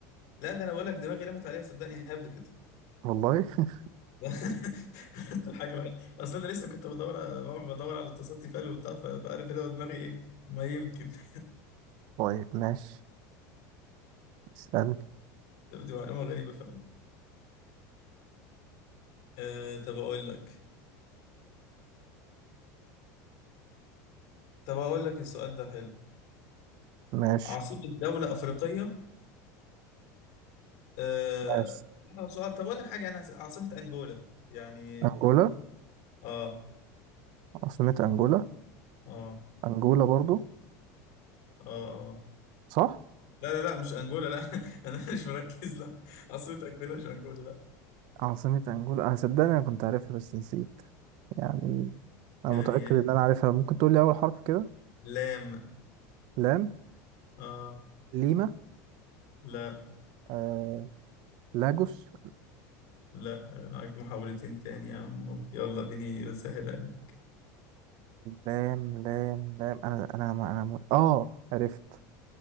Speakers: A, on the left; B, on the right.
A: لا ده انا بقول لك دماغي رمت عليها صدقني هبد كده
B: والله <laughs>
A: ده <laughs> الحاجة الوحيدة أصل أنا لسه كنت بدور على- بدور على اتصال تيفال وبتاع ف- فعارف إيه هو دماغي إيه ما يمكن <laughs>
B: طيب ماشي اسألني
A: دي معلومة غريبة فعلا أه طب أقول لك طب أقول لك السؤال ده حلو
B: ماشي
A: عاصمة دولة أفريقية أه
B: ماشي
A: لا، هو سؤال طب أقول لك حاجة أنا عاصمة أنجولا يعني
B: أنجولا
A: آه
B: عاصمة أنجولا
A: آه
B: أنجولا برضو
A: آه آه
B: صح
A: لا لا لا مش أنجولا لا <laughs> أنا مش مركز لا عاصمة أنجولا مش أنجولا لا
B: عاصمة أنجولا أنا صدقني أنا كنت عارفها بس نسيت يعني
A: يعني
B: أنا متأكد
A: إيه؟
B: إن أنا عارفها ممكن تقول لي أول حرف كده
A: لام
B: لام
A: آه
B: ليما
A: لا
B: آه... لاجوس
A: لا معاك محاولتين تاني يا عم أهو. يلا اديني سهلة
B: لام لام لام انا انا ما انا ما- اه عرفت